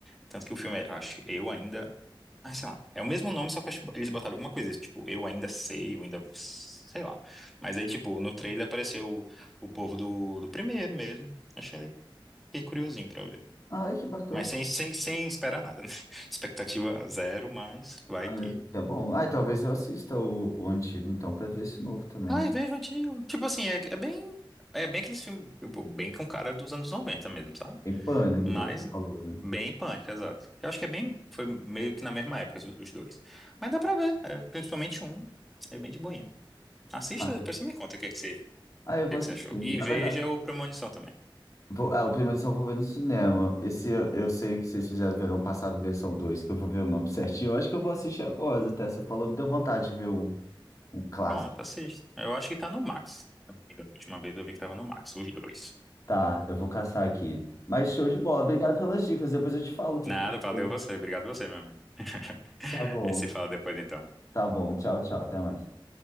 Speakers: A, in the centre; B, on the left.
A: Tanto que o filme é, acho que Eu Ainda. Ah, sei lá. É o mesmo nome, só que acho que eles botaram alguma coisa, tipo, Eu Ainda Sei, Eu Ainda. Sei lá. Mas aí, tipo, no trailer apareceu o, o povo do, do primeiro mesmo. Achei fiquei curiosinho pra ver.
B: Ai, que bacana.
A: Mas sem, sem, sem esperar nada, né? <laughs> Expectativa zero, mas vai
B: Ah,
A: que.
B: é bom. Ah, talvez eu assista o, o antigo, então, pra ver esse novo também.
A: Ai, vejo antigo. Tipo assim, é, é bem. É bem aqueles filmes, tipo, bem com cara dos anos 90 mesmo, sabe?
B: Tem pânico,
A: Mas
B: igual você
A: não-
B: falou, né?
A: bem pânico, exato. Eu acho que é bem. Foi meio que na mesma época os os dois. Mas dá pra ver. é, principalmente um. É bem de boinha. Assista,
B: Ah,
A: depois você me conta o que é que você, o
B: ah, eu vou
A: que é que
B: assistir.
A: você achou. E
B: Na
A: veja
B: verdade.
A: o Premonição também.
B: Vou, ah, o Premonição eu vou ver no cinema. Esse eu, eu sei que vocês fizeram verão passado, versão 2 que eu vou ver o nome certinho. Eu acho que eu vou assistir agora, até. Você falou, me deu vontade de ver um, um clássico.
A: Pronto, assista. Eu acho que tá no Max. Se eu não me engano. A última vez eu vi que tava no Max, os dois.
B: Tá, eu vou caçar aqui. Mas show de bola. Obrigado pelas dicas. Depois eu te falo o que
A: Nada,
B: que eu achei.
A: valeu você. Obrigado você, meu amigo. <laughs>
B: Tá bom.
A: A gente se fala depois então.
B: Tá bom. Tchau, tchau. Até mais.